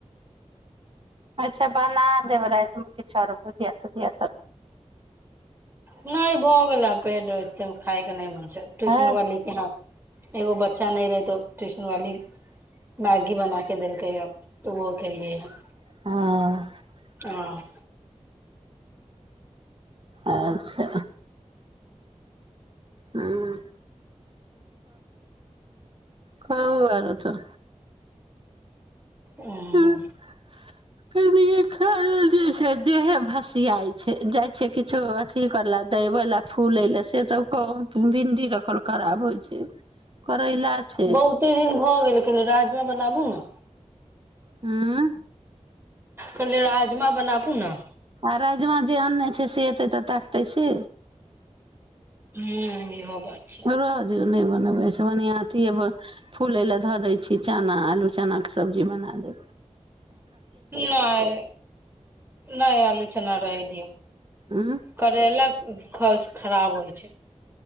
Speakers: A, on the right; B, on the right.
A: अच्छा बना देब रातिमे किछु आर बुझिया तुझिया तऽ
B: नहि भऽ गेल पेट एत खायके नहि मन ट्यूशन
A: है
B: वाली के यहाँ एगो बच्चा नहि रहै तऽ ट्यूशन वाली मैगी बना क देलकै य तऽ ओहो खेलियै यऽ
A: हँ
B: हँ
A: अच्छा ह्म कहू आरो त
B: हँ
A: खा दलेलियै से देहे भसियाइ छै जाइ छै किछो अथी करला देबे ल फूले ल से त भिंडी रखल खराब होइ छै करैला छै
B: बहुते दिन भऽ गेल कनि राजमा बनाबू ना
A: हँ
B: कले राजमा बनाबू ना
A: आ राजमा जे आनने छै से एतै तऽ ताकतै से
B: हूं इहो बात छै
A: रअह दियौ नहि बनेबै एइस बढ़िआँ अथिए प फूलै लए धऽ दै छी चना आलू चनाके सब्जी बना लेब
B: नहि नहि आलू चना रह दियऔ
A: उँ
B: करैला ख खराब होइ छै